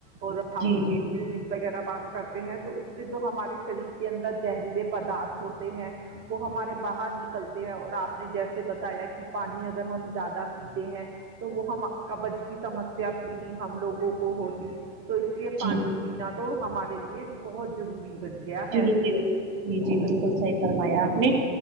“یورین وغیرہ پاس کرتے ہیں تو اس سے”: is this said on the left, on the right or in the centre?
Right